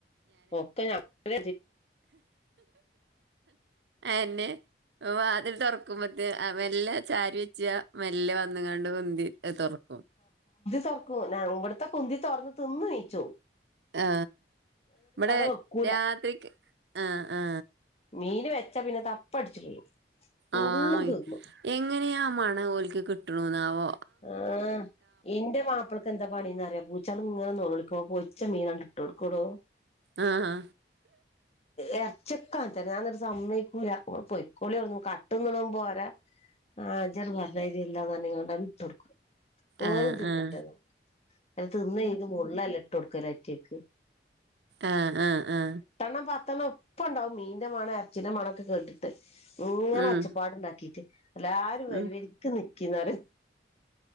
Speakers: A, on the left; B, on the right.
A: ഒക്കെ അത്ര
B: ആന്നെ ഓ വാതിൽ തുറക്കുമ്പത്തേ മെല്ല ചാരി വെച്ച മെല്ലെ വന്ന്ങ്ങാണ്ട് ഉന്തി തൊർക്കും
A: തൊർക്കൊ ഞ ഇവട്തൊക്കെ ഉന്തി തൊർന്ന് തിന്ന് നീചോവും
B: ആ ഇവടെ
A: വെക്കൂല
B: രാത്രിക്ക് ആ ആ
A: മീന് വെച്ചാ പിന്നെ തപ്പട്ച്ചു പോവും
B: ആഹ്
A: പുള്ളും തിന്നും
B: എങ്ങനെ ആ മണഓൽക്ക് കിട്ട്ണ്ന്നാവോ
A: ആ ഇന്റെ മാപ്പൾക്ക് എന്താ പണിന്നറിയൊ പൂചാള്ങ്ങനെ ന്നൊലോളിക്കുമ്പോ പൊര്ച്ച മീനാണ്ട് ഇട്ടോക്കൊ ടോ
B: ആആ
A: എർച്യോക്കെ അങ്ങൻതന്നെ ഞാന്ന്ട്ട് സമ്മയ്ക്കൂല ഇങ്ങൾ പൊയ്ക്കോളി അട്ന്ന് കട്ട്ന്ന്ണും പോരാ ആ ഇജണ്ട് പർഞ്ഞയ്രില്ലാ ന്നർഞ്കാണ്ടാണ്ട് ഇട്ടോട്ക്കും ഓലും
B: ആഹ്
A: തിന്നട്ടേന്ന്
B: ആഹ്
A: അല്ല തിന്നയ്ഞ്ഞിട്ട് മുള്ളല്ല ഇട്ടൊട്ക്കല് അയിറ്റക്ക്
B: ആ ആ ആ
A: പത്തെണ്ണം ഒപ്പ ഉണ്ടാവും മീന്റെ മണം എർച്ചിന്റെ മണൊക്കെ കേട്ടിട്ട് ഇങ്ങനെ
B: ഉം
A: ഒച്ചപ്പാട്ണ്ടാക്കിട്ട് എല്ലാരും വരിവരിക്ക്
B: ഉം
A: നിക്കിന്നറിം